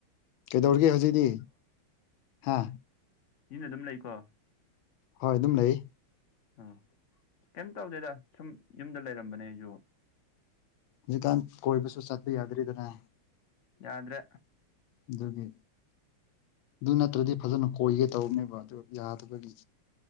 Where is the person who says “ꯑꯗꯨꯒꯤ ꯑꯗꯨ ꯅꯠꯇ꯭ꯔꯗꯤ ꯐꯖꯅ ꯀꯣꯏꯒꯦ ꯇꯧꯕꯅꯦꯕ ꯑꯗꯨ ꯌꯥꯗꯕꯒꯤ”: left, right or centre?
Left